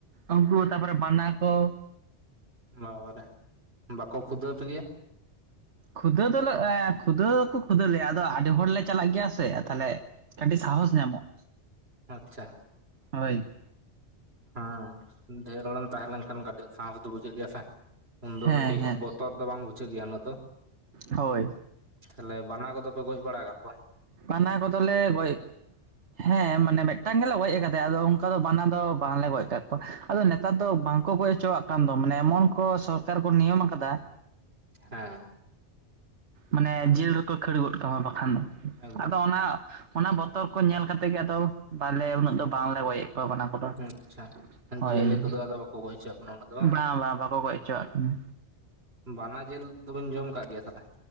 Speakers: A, on the right; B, on the right.
A: ᱩᱱᱠᱩ ᱛᱟᱨᱯᱚᱨᱮ ᱵᱟᱱᱟ ᱠᱚ᱾
B: ᱵᱟᱵᱟᱨᱮ ᱵᱟᱠᱚ ᱠᱷᱩᱫᱟᱹᱣ ᱯᱮ ᱜᱮ᱾
A: ᱠᱷᱩᱫᱟᱹ ᱫᱚᱞᱮ ᱮ ᱠᱷᱩᱫᱟᱹᱣ ᱫᱚᱠᱚ ᱠᱷᱫᱟᱹᱣ ᱞᱮᱭᱟ ᱟᱫᱚ ᱟᱹᱰᱤ ᱦᱚᱲ ᱞᱮ ᱪᱟᱞᱟᱜ ᱜᱮᱭᱟ ᱥᱮ ᱛᱟᱦᱚᱸᱞᱮ ᱠᱟᱹᱴᱤᱡ ᱥᱟᱦᱚᱥ ᱧᱟᱢᱚᱜ
B: ᱟᱪᱪᱷᱟ,
A: ᱦᱳᱭ᱾
B: ᱦᱮᱸ ᱰᱷᱮᱨ ᱦᱚᱲᱮᱢ ᱛᱟᱦᱮᱸ ᱞᱮᱱᱠᱷᱟᱱ ᱠᱟᱹᱴᱤᱡ ᱥᱟᱸᱦᱚᱥ ᱫᱚ ᱵᱩᱡᱷᱟᱹᱜ ᱜᱮᱭᱟ ᱥᱮ᱾ ᱩᱱᱫᱚ
A: ᱦᱮᱸ
B: ᱠᱟᱹᱴᱤᱡ
A: ᱦᱮᱸ
B: ᱵᱚᱛᱚᱨ ᱫᱚ ᱵᱟᱝ ᱵᱩᱡᱷᱟᱹᱜ ᱜᱮᱭᱟ ᱩᱱᱟᱹᱜ ᱫᱚ᱾
A: ᱦᱳᱭ
B: ᱛᱟᱦᱚᱸᱞᱮ ᱵᱟᱱᱟ ᱠᱚᱫᱚ ᱯᱮ ᱜᱚᱡ ᱵᱟᱲᱟ ᱠᱟᱜ ᱠᱚᱣᱟ᱾
A: ᱯᱟᱱᱟ ᱠᱚᱫᱚ ᱞᱮ ᱜᱚᱡ ᱦᱮᱸ ᱢᱟᱱᱮ ᱢᱤᱫᱴᱟᱝ ᱜᱮᱞᱮ ᱜᱚᱡ ᱟᱠᱟᱫᱮᱭᱟ ᱟᱫᱚ ᱚᱱᱠᱟ ᱫᱚ ᱵᱟᱱᱟ ᱫᱚ ᱵᱟᱝᱞᱮ ᱜᱚᱡ ᱟᱠᱟᱫ ᱠᱚᱣᱟ᱾ ᱟᱫᱚ ᱱᱮᱛᱟᱨ ᱫᱚ ᱵᱟᱝ ᱠᱚ ᱜᱚᱡ ᱦᱚᱪᱚᱣᱟᱜ ᱠᱟᱱ ᱫᱚ ᱢᱟᱱᱮ ᱮᱢᱚᱱ ᱠᱚ ᱥᱚᱨᱠᱟᱨ ᱠᱚ ᱱᱤᱭᱚᱢ ᱠᱟᱫᱟ᱾
B: ᱦᱮᱸ
A: ᱢᱟᱱᱮ ᱡᱤᱞ ᱨᱮᱠᱚ ᱠᱷᱟᱹᱲ ᱜᱚᱫ ᱠᱟᱢᱟ ᱵᱟᱠᱷᱟᱱ ᱫᱚ᱾
B: ᱮᱠᱫᱚᱢ
A: ᱟᱫᱚ ᱚᱱᱟ ᱚᱱᱟ ᱵᱚᱛᱚᱨ ᱠᱚ ᱧᱮᱞ ᱠᱟᱛᱮᱫ ᱜᱮ ᱟᱫᱚ ᱵᱟᱞᱮ ᱩᱱᱟᱹᱜ ᱫᱚ ᱵᱟᱝᱞᱮ ᱜᱚᱡᱮᱫ ᱠᱚᱣᱟ ᱵᱟᱱᱟ᱾ ᱠᱚᱫᱚ
B: ᱟᱪᱪᱷᱟ
A: ᱦᱳᱭ
B: ᱡᱤᱭᱟᱹᱞᱤ ᱠᱚᱫᱚ ᱟᱫᱚ ᱵᱟᱠᱚ ᱜᱚᱡ ᱦᱚᱪᱣᱟᱜ ᱠᱟᱱᱟ ᱩᱟ ᱫᱚ ᱵᱟᱝ
A: ᱵᱟᱝ ᱵᱟᱝ ᱵᱟᱠᱚ ᱜᱚᱡ ᱦᱚᱪᱚᱣᱟᱜ ᱠᱤᱱᱟ
B: ᱦᱩᱸ ᱵᱟᱱᱟ ᱡᱮᱞ ᱫᱚᱵᱮᱱ ᱡᱚᱢ ᱠᱟᱜ ᱜᱮᱭᱟ ᱛᱟᱦᱚᱸᱞᱮ᱾